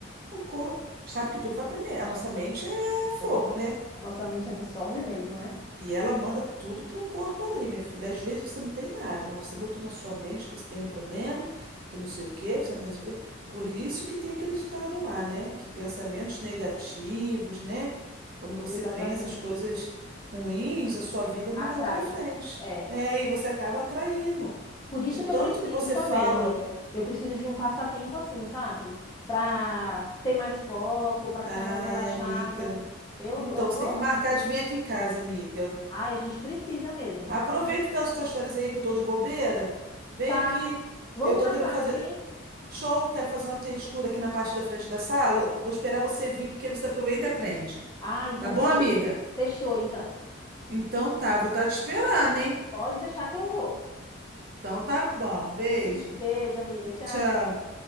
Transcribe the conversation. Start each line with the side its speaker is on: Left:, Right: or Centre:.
Right: o corpo sabe que tudo vai para a nossa mente é fogo,
Left: É.
Right: né?
Left: A nossa mente absorve mesmo, né?
Right: E ela manda tudo pro corpo ali, minha filha. Às vezes você não tem nada, mas você botou na sua mente que você tem um problema, que não sei o quê, que você não vai resolver. Por isso que tem aquele ditado lá, né? Que pensamentos negativos, né? Quando você
Left: Exatamente.
Right: pensa as coisas ruins, a sua vida não
Left: Atrai.
Right: vai para frente.
Left: É.
Right: É, e você acaba atraindo.
Left: Por isso
Right: De
Left: que
Right: tanto
Left: eu preciso
Right: que você
Left: também,
Right: fala,
Left: amiga. Eu preciso de um passatempo assim, sabe? Pra ter mais foco, pra
Right: ai,
Left: ficar mais relaxada.
Right: amiga.
Left: Eu,
Right: Então,
Left: eu vou.
Right: você tem que marcar de vir aqui em casa, amiga.
Left: Ai, a gente precisa mesmo.
Right: Aproveita então as tuas férias aí que eu tô de bobeira. Vem
Left: Tá.
Right: aqui.
Left: Vamos
Right: Eu tô
Left: marcar
Right: querendo fazer
Left: assim.
Right: show, quero fazer uma textura aqui na parte da frente da sala. Vou esperar você vir porque você aproveita e aprende.
Left: Ah, então
Right: Tá bom,
Left: beleza.
Right: amiga?
Left: Fechou, então.
Right: Então tá, vou estar te esperando, hein?
Left: Pode deixar que eu vou.
Right: Então tá bom. Beijo.
Left: <laughs> Beijo, amiga. Tchau.
Right: Tchau.